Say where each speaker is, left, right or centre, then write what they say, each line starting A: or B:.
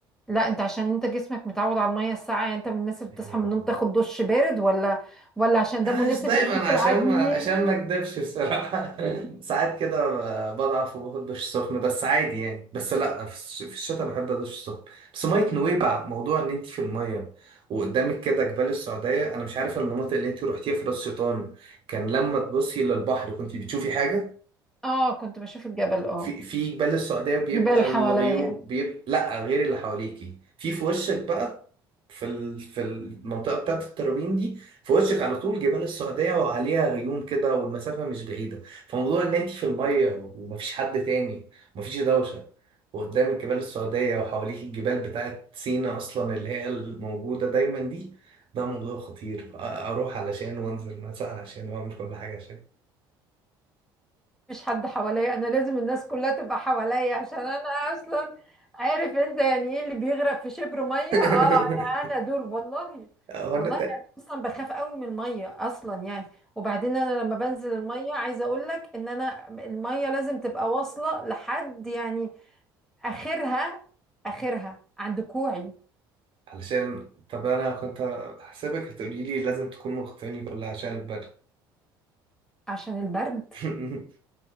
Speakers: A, in the centre; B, on the right.
A: لا انت عشان انت جسمك متعود على المية الساقعة يعني انت من الناس اللي
B: أيوه
A: بتصحى من النوم تاخد دش بارد ولا ولا عشان ده مناسب
B: مش دايما
A: للناس
B: عشان
A: العاديين
B: ما عشان ما أكدبش بصراحة <laughs> ساعات كده ب- بضعف وباخد دش سخن بس عادي يعني بس لأ في الش- في الشتاء بحب أدش سخن بس مية نويبع موضوع إن أنت في المية وقدامك كده جبال السعودية أنا مش عارف المناطق اللي أنت روحتيها في راس شيطان كان لما تبصي للبحر كنت بتشوفي حاجة
A: اه كنت بشوف الجبل اه
B: في في جبال السعودية بيبقى
A: جبال حواليا
B: الغيوم بيبقى لا غير اللي حواليكي في في وشك بقى في ال... في المنطقة بتاعت الترابين دي في وشك على طول جبال السعودية وعليها غيوم كده والمسافة مش بعيدة فموضوع ان انت في المية ومفيش حد تاني ومفيش دوشة وقدامك جبال السعودية وحواليك الجبال بتاعت سينا أصلا اللي هي الموجودة دايما دي ده موضوع خطير أ- أروح علشان وأنزل مساء عشان وأعمل كل حاجة عشان
A: مفيش حد حواليا انا لازم الناس كلها تبقى حواليا عشان انا اصلا عارف انت يعني ايه اللي بيغرق في شبر ميه
B: <laughs>
A: اه انا انا دول والله
B: هو
A: والله
B: انت
A: انا اصلا بخاف قوي من الميه اصلا يعني وبعدين انا لما بنزل الميه عايزه اقول لك ان انا الميه لازم تبقى واصله لحد يعني اخرها اخرها عند كوعي
B: علشان طب انا كنت حاسبك هتقولي لي لازم تكون مغطيني كلها عشان البرد
A: عشان البرد
B: <laughs>